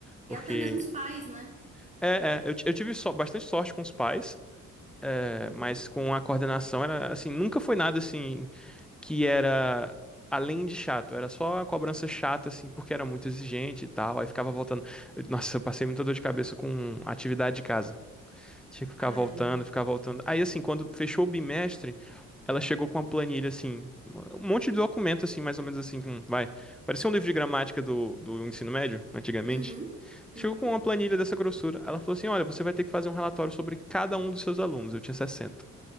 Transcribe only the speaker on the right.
E até mesmo os pais, né?
Uhum.
Ai.
Uhum.
Uhum.